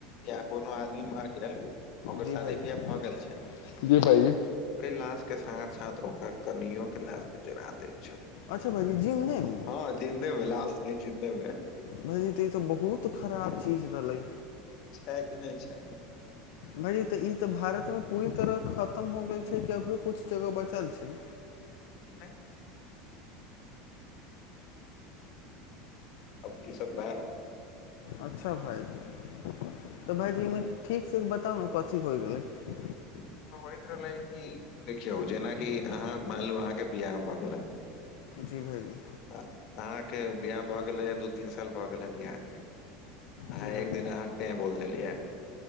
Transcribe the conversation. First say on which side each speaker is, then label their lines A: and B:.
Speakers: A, on the left; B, on the left.
A: या कोनो आदमी मरि गेल ओकर
B: जी
A: शादी
B: भाइजी
A: ब्याह भऽ गेल छै ओकरे
B: जी भाइजी
A: लश के साथ साथ ओकर कनिियो कऽ लास त जड़ा दे छेय
B: अच्छा भयजी जिनदे मऽ
A: हँ जिन्देमे लाश नहि जिन्देमे
B: भायची ई तऽ बहुत खराब चीज रहलै
A: छै कि नहि छै
B: भायजी तऽ ई तऽ भारतमे पूरी तरह खतम हो गेल छै कि अभियो किछु जगह बचल छै
A: <unintelligible> <unintelligible> अब ई सब बयन हो
B: अच्छा भाइजी तऽ भाइजी एहिमे ठीकसँ बताउ नऽ कथी होइ रहलै
A: <unintelligible> देखियौ जेनाकि अहाँ मानलू अहाँके बियाह भऽ गेल हे
B: जी भाईजी
A: अहाँके बियाह भऽ गेलैए दू तीन साल भऽ गेल ह बियाह के अहा
B: जी भाइजी
A: एक दिन अहाँ टें बोल देलियै